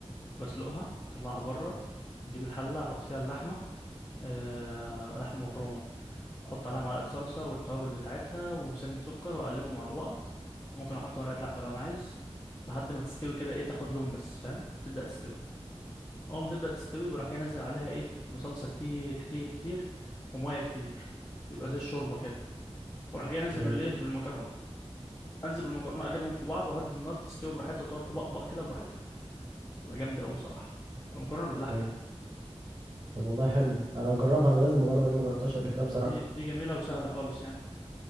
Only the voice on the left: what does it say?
بسلقها اطلعها بره نجيب الحله احط فيها اللحمه أه لحمه مفرومه احط عليها معلقه صلصه والتوابل بتاعتها وسنه سكر واقلبهم على بعض ممكن احط مرقه لحمه لو انا عايز لحد ما تستوي كده ايه تاخد لون بس فاهم تبدا تستوي اول ما تبدأ تستوي بروح جاي انزل عليها ايه بصلصة كتير كتير كتير ومية كتير يبقى زي الشوربة كده واروح جاي انزل
بالايه بالمكرونة انزل بالمكرونة اقلبهم في بعض وهدي النار تستوي براحتها وتقعد تبقبق كده براحتها تبقى جامدة قوي صراحة تبقى مكرونة باللحمة
يعني
دي دي جميلة وسهلة خالص يعني